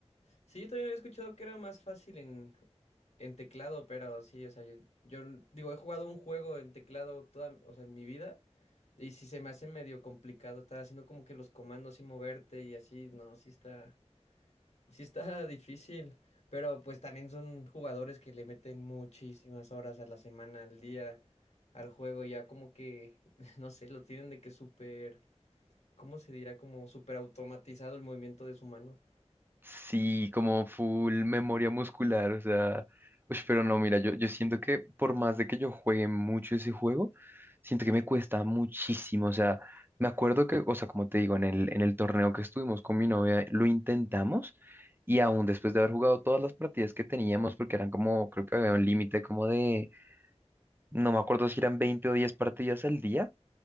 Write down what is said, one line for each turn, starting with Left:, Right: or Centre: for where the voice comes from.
Left: Sí, yo también había escuchado que era más fácil en, en teclado, pero sí, o sea, yo, yo digo, he jugado un juego en teclado toda, o sea, en mi vida. Y si se me hace medio complicado estar haciendo como que los comandos y moverte y así, no, sí está, Sí está difícil, pero pues también son jugadores que le meten muchísimas horas a la semana, al día, al juego, y ya como que, <laughs> no sé, lo tienen de que súper, ¿cómo se dirá? Como súper automatizado el movimiento de su mano.
Right: Sí, como full memoria muscular, o sea, uy, pero no, mira, yo, yo siento que por más de que yo juegue mucho ese juego, siento que me cuesta muchísimo, o sea, me acuerdo que, o sea, como te digo, en el, en el torneo que estuvimos con mi novia, lo intentamos y aún después de haber jugado todas las partidas que teníamos, porque eran como, creo que había un límite como de, no me acuerdo si eran 20 o 10 partidas al día,